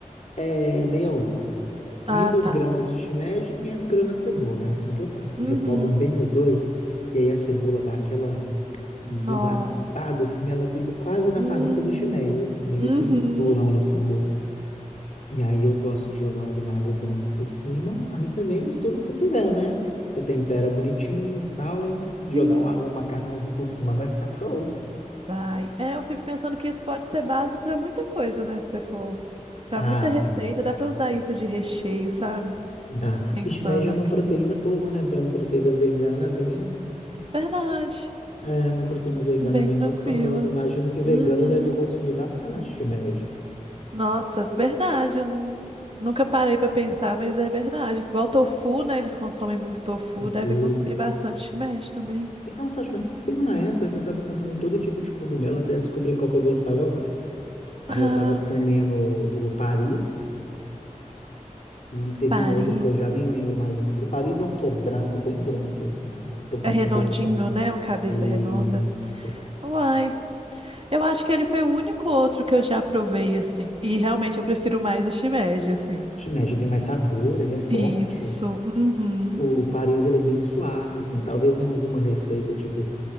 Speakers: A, on the left; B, on the right.
A: é meia-lua. 500
B: Ah, tá.
A: gramas de shimeji e 500 gramas de cebola. É assim que eu faço.
B: Uhum.
A: Refogo bem os dois. E aí a cebola dá aquela desidratada,
B: Nó.
A: assim, ela fica quase na
B: Hum,
A: aparência do shimeji. Assim, eles
B: uhum.
A: se misturam no sabor. E aí eu gosto de jogar um vinagre branco por cima. Aí você vem e mistura o que você quiser, né? Você tempera bonitinho e tal, e jogar
B: Sim,
A: um, um macarrãozinho por cima. Vai ficar show.
B: vai. É, eu fico pensando que isso pode ser base para muita coisa, né? Se você for para
A: Ah,
B: muita receita,
A: fica.
B: dá para usar isso de recheio, sabe?
A: Dá.
B: Pensando
A: Shimeji é
B: aqui.
A: uma proteína boa, né? É uma proteína vegana bem.
B: Verdade.
A: É uma proteína vegana
B: Bem
A: bem
B: tranquila.
A: gostosa. Imagino que vegano
B: Uhum.
A: deve consumir bastante shimeji.
B: Nossa, verdade. Eu não, nunca parei para pensar, mas é verdade. Igual tofu, né? Eles consomem muito tofu,
A: Tofu.
B: deve consumir bastante shimeji também.
A: E não só shimeji. Teve uma época que eu tava comprando todo tipo de cogumelo até descobrir qual que eu gostava mais. Aí
B: Ah,
A: eu tava comendo o o Paris e teve
B: Paris.
A: um outro que eu já nem lembro mais o nome. O Paris é um que é branco, bem grande, assim, com um
B: É redondinho,
A: cabeção.
B: né? Uma cabeça
A: Isso.
B: redonda. Uai. Eu acho que ele foi o único outro que eu já provei, assim. E realmente eu prefiro mais o shimeji, assim.
A: Shimeji tem mais sabor, ele é forte.
B: Isso. Uhum.
A: O Paris ele é bem suave, assim, talvez em alguma receita, tipo,